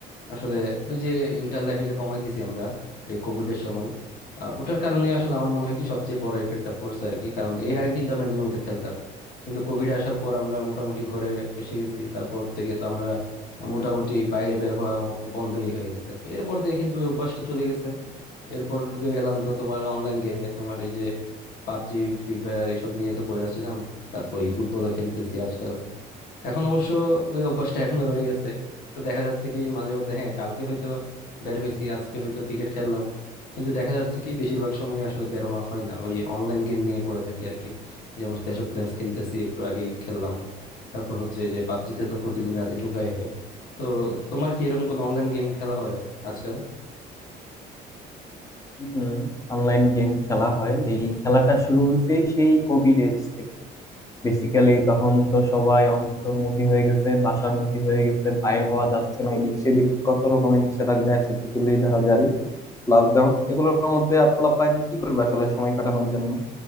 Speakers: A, on the left (about 65°); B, on the left (about 20°).
A: আসলে ওই যে ইন্টার লাইফে যে কমাই দিছি আমরা এই কোভিড এর সময় আহ, ওটার কারণে আসলে আমার মনে হয় কি সবচেয়ে বড় ইফেক্টটা পড়ছে আর কি কারণ এর আগে কিন্তু আমরা নিয়মিত খেলতাম কিন্তু কোভিড আসার পর আমরা মোটামুটি ঘরে এসে গেছি তারপর থেকে তো আমরা মোটামুটি বাইরে বের হওয়া বন্ধই হয়ে গেছে তো এরপর থেকে কিন্তু ওই অভ্যাসটা চলে গেছে এরপর ঢুকে গেলাম তো তোমার অনলাইন গেমে তোমার এই যে পাবজি ফ্রি ফায়ার এসব নিয়ে তো পড়ে ছিলাম তারপর ই ফুটবলও খেলতেছি আজকাল এখন অবশ্য ওই অভ্যাসটা এখনো রয়ে গেছে তো দেখা যাচ্ছে কি মাঝে মধ্যে হ্যাঁ কালকে হয়তো বের হয়েছি আজকে হয়তো ক্রিকেট খেললাম কিন্তু দেখা যাচ্ছে কি বেশিরভাগ সময় আসলে বের হওয়া হয় না ওই অনলাইন গেম নিয়ে পড়ে থাকি আর কি যেমন ক্ল্যাশ অফ ক্ল্যান্স খেলতেছি একটু আগেই খেললাম তারপর হচ্ছে এই যে পাবজিতে তো প্রতিদিন রাতে ঢুকাই হয় তো তোমার কি এরকম কোন অনলাইন গেম খেলা হয় আজকাল
B: হম অনলাইন গেম খেলা হয় এই খেলাটা শুরু হয়েছে সেই কোভিড এজ থেকে বেসিক্যালি তখন তো সবাই অন্তর্মুখী হয়ে গেছে বাসামুখী হয়ে গেছে বাইর হওয়া যাচ্ছে না এদিক সেদিক কত রকমের নিষেধাজ্ঞা একশো চুয়াল্লিশ ধারা জারি লকডাউন এগুলোর মধ্যে পোলাপাইন কি করবে আসলে সময় কাটানোর জন্য